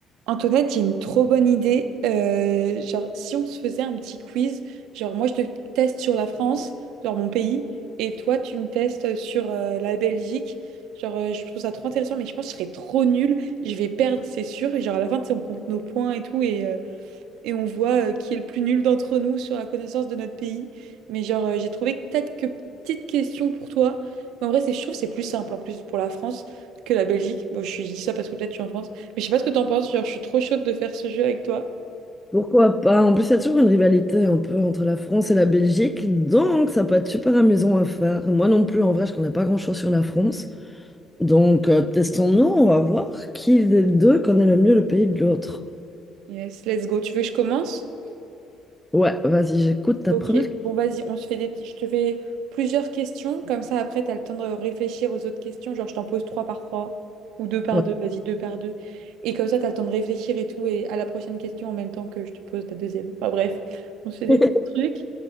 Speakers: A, on the right (about 85°); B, in the centre.
A: Antoinette, j'ai une trop bonne idée. Euh, genre, si on se faisait un petit quiz, genre moi je te teste sur la France, genre mon pays, et toi tu me testes sur euh, la Belgique. Genre, euh, je trouve ça trop intéressant, mais je pense que je serais trop nulle. Je vais perdre, c'est sûr. Et genre à la fin, tu sais, on compte nos points et tout, et euh, et on voit euh, qui est le plus nul d'entre nous sur la connaissance de notre pays. Mais genre, euh, j'ai trouvé que quelques petites questions pour toi. Mais en vrai, c'est, je trouve que c'est plus simple en plus pour la France que la Belgique. Bon, je, suis- je dis ça parce que peut-être tu es en France. Mais je sais pas ce que t'en penses. Genre, je suis trop chaude de faire ce jeu avec toi.
B: Pourquoi pas? En plus, il y a toujours une rivalité un peu entre la France et la Belgique, donc ça peut être super amusant à faire. Moi non plus, en vrai, je connais pas grand-chose sur la France. Donc, euh, testons-nous, on va voir qui des deux connaît le mieux le pays de l'autre.
A: Yes, let's go. Tu veux que je commence?
B: Ouais, vas-y, j'écoute ta
A: Ok,
B: première question.
A: bon vas-y, on se fait des petits- je te fais plusieurs questions, comme ça après tu as le temps de réfléchir aux autres questions, genre je t'en pose trois par trois ou deux par
B: Ouais.
A: deux, vas-y deux par deux. Et comme ça tu as le temps de réfléchir et tout et à la prochaine question en même temps que je te pose la deuxième. Enfin bref, on se fait des
B: <laughs>
A: petits trucs.